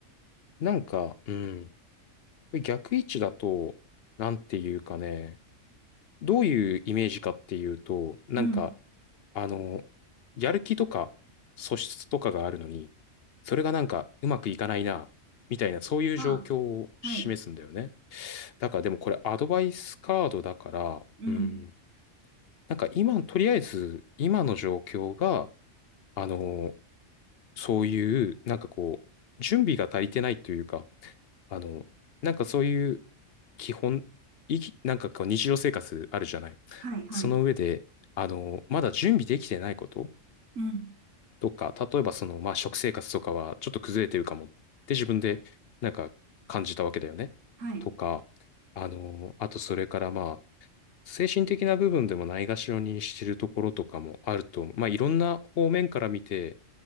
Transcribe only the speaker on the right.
うん。
あ、はい。
うん。
はい。はい。
うん。
はい。